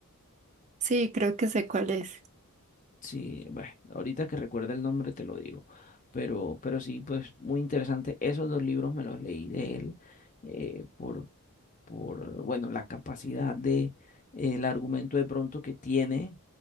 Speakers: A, on the right; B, on the left.
A: Sí, creo que sé cuál es.
B: Sí, bueno, ahorita que recuerda el nombre te lo digo, pero, pero sí, pues muy interesante. Esos dos libros me los leí de él eh, por, por, bueno, la capacidad de, el argumento de pronto que tiene